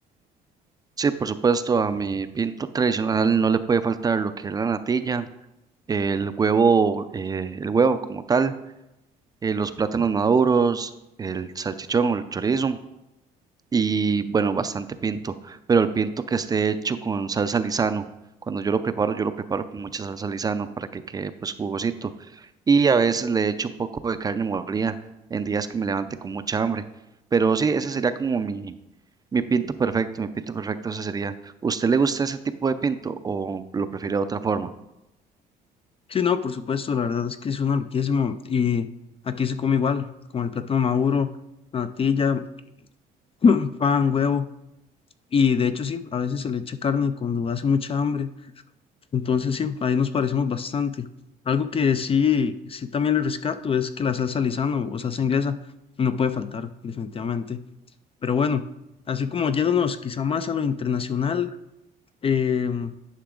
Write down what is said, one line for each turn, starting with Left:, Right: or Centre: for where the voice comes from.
Right: Sí, por supuesto, a mi pinto tradicional no le puede faltar lo que es la natilla, el huevo, eh, el huevo como tal, eh, los plátanos maduros, el salchichón o el chorizo. y bueno, bastante pinto, pero el pinto que esté hecho con salsa Lizano. Cuando yo lo preparo, yo lo preparo con mucha salsa Lizano para que quede pues jugosito. Y a veces le echo un poco de carne molida en días que me levante con mucha hambre. Pero sí, ese sería como mi, mi pinto perfecto, mi pinto perfecto ese sería. ¿Usted le gusta ese tipo de pinto o lo prefiere de otra forma?
Left: Sí, no, por supuesto. La verdad es que suena riquísimo. Y aquí se come igual, con el plátano maduro, la natilla, <clears throat> pan, huevo. Y de hecho sí, a veces se le echa carne cuando hace mucha hambre. Entonces sí, ahí nos parecemos bastante. Algo que sí, sí también le rescato es que la salsa Lizano o salsa inglesa no puede faltar, definitivamente. Pero bueno, así como yéndonos quizá más a lo internacional, em,